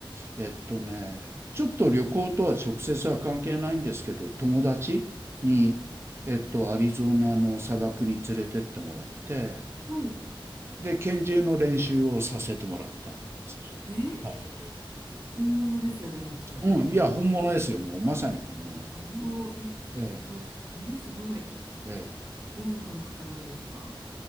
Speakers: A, on the right; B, on the right.
A: えっとね、ちょっと旅行とは直接は関係ないんですけど、友達に、
B: はい。
A: えっと、アリゾナの砂漠に連れてってもらって、
B: はい。
A: で、拳銃の練習をさせてもらった。
B: え
A: はい。
B: え本物ですよね、もちろん。
A: うん、
B: <laughs>
A: いや、本物ですよ、もう、まさに本物。
B: おお、え、
A: ええ、
B: そう、ええすごい。
A: ええ。
B: どんな感覚なんですか